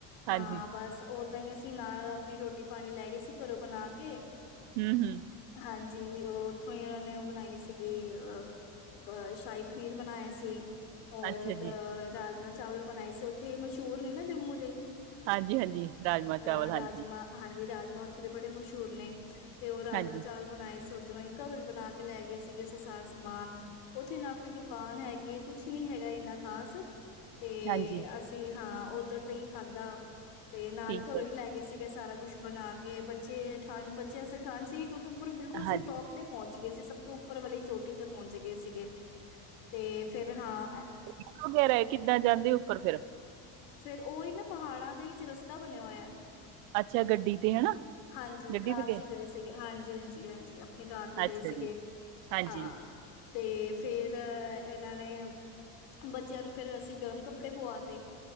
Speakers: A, on the left; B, on the right.
A: ਹਾਂ
B: ਹਾਂਜੀ,
A: ਬਸ ਓਦਾਂ ਈ ਅਸੀ ਨਾਲ ਅਪਨੀ ਰੋਟੀ ਪਾਣੀ ਲੈ ਗਏ ਸੀ ਘਰੋਂ ਬਨਾ ਕੇ
B: ਹੂੰ- ਹੂੰ
A: ਹਾਂਜੀ ਓ ਓਥੋਂ ਈ ਓਨਾਂ ਨੇ ਓ ਬਨਾਈ ਸੀਗੀ ਅ ਬ ਸ਼ਾਹੀ ਪਨੀਰ ਬਨਾਇਆ ਸੀ। ਹੋਰ
B: ਅੱਛਾ
A: ਇਕ
B: ਜੀ।
A: ਰਾਜ਼ਮਾਂ ਚਾਵਲ ਬਨਾਏ ਸੀ ਓਥੇ ਮਸ਼ਹੂਰ ਨੇ ਨਾ ਜੰਮੂ ਦੇ
B: ਹਾਂਜੀ- ਹਾਂਜੀ ਰਾਜਮਾਂ
A: ਅਹ
B: ਚਾਵਲ ਹਾਂਜੀ।
A: ਰਾਜਮਾਂ ਹਾਂਜੀ ਰਾਜਮਾ ਓਥੇ ਦੇ ਬੜੇ ਮਸ਼ਹੂਰ ਨੇ ਤੇ ਓ ਰਾਜਮਾ
B: ਹਾਂਜੀ,
A: ਚਾਵਲ ਬਣਾਏ ਸੀ ਉਦਰੋਂ ਈ ਘਰੋਂ ਈ ਬਨਾ ਕੇ ਲੈਗੇ ਸੀਗੇ ਅਸੀ ਸਾਰਾ ਸਮਾਨ ਓਥੇ ਨਾ ਕੋਈ ਦੁਕਾਨ ਹੈਗੀ ਕੁਛ ਨਹੀਂ ਹੈਗਾ ਇੰਨਾ ਖ਼ਾਸ ਤੇ
B: ਹਾਂਜੀ
A: ਅਸੀ ਹਾਂ ਓਧਰ ਦਾ ਹੀ ਖਾਦਾ। ਤੇ ਨਾਲ
B: ਠੀਕ
A: ਘਰੋਂ
B: ਹੈ
A: ਹੀ
B: ਜੀ।
A: ਲੈ ਗੇ ਸੀਗੇ ਸਾਰਾ ਕੁਛ ਬਨਾ ਕੇ ਬੱਚੇ ਠੰਡ ਬੱਚਿਆਂ ਅਸਤੇ ਠੰਡ ਸੀਗੀ ਕਿਉਂਕਿ ਉਪਰ ਬਿਲਕੁਲ ਸੀ
B: ਹਾਂਜੀ,
A: ਟੋਪ ਤੇ ਪੁਹੰਚ ਗਏ ਸੀ ਸਬ ਤੋਂ ਉਪਰ ਵਾਲੀ ਚੋਟੀ ਤੇ ਪੁਹੰਚ ਗਏ ਸੀਗੇ ਤੇ ਫਿਰ ਹਾਂ।
B: ਇਕੋ ਗੈ <unintelligible> ਰਹੇ ਕਿੱਦਾਂ ਜਾਂਦੇ ਉਪਰ ਫਿਰ
A: ਫਿਰ ਉਹ ਇਹ ਨਾ ਪਹਾੜਾਂ ਦੇ ਵਿੱਚ ਰਸਤਾ ਬਣਿਆ ਹੋਇਆ।
B: ਅੱਛਾ ਗੱਡੀ ਤੇ ਹਨਾ।
A: ਹਾਂਜੀ
B: ਗੱਡੀ
A: ਕਾਰ
B: ਤੇ
A: 'ਚ ਗਏ ਸੀਗੇ ਹਾਂਜੀ-ਹਾਂਜੀ-ਹਾਂਜੀ ਆਪਣੀ ਕਾਰ ਤੇ ਗਏ
B: ਅੱਛਾ
A: ਸੀਗੇ।
B: ਜੀ। ਹਾਂਜੀ
A: ਹਾਂ, ਤੇ ਫਿਰ ਇਹਨਾਂ ਨੇ ਬੱਚਿਆਂ ਨੂੰ ਫਿਰ ਵੈਸੇ ਗਰਮ ਕੱਪੜੇ ਪੁਆ ਤੇ